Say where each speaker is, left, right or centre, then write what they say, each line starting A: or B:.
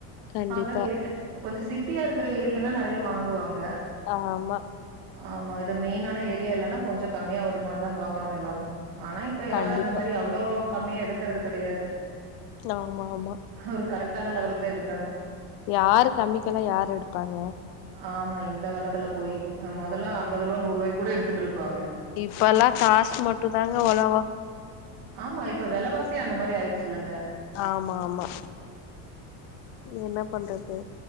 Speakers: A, on the left; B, on the right.
A: கண்டிப்பா
B: அதா கேட்ட கொஞ்ச சிட்டியா இருக்கிற ஏரியனா நெறைய வாங்குவாங்க
A: ஆமா
B: ஆமா இது மெயின்ான ஏரியா இல்லன்னா கொஞ்ச கம்மியா வருமா தா பாப்பாங்க எல்லாரு ஆனா இப்ப யாரு
A: கண்டிப்பா
B: அந்த மாதிரி அவ்வளோ கம்மியா எடுக்கறது கிடையாது
A: லாம் ஆமா
B: ஒரு கரெக்டான லெவலுக்குதா எடுக்கிறாங்க
A: யாரு கம்மிக்கெல்லா யாரு எடுப்பாங்க
B: ஆமா இந்த காலத்துல போய் அ மொதலா அம்பது ரூவா நூறுவாய்க் கூட எடுத்துட்ருப்பாங்க
A: இப்பலா காசு மட்டு தாங்க ஒலகோ
B: ஆமா இப்ப வெலவாசியு அந்த மாரி ஆயிருச்சுல்லங்க
A: ஆமா ஆமா என்ன பண்றது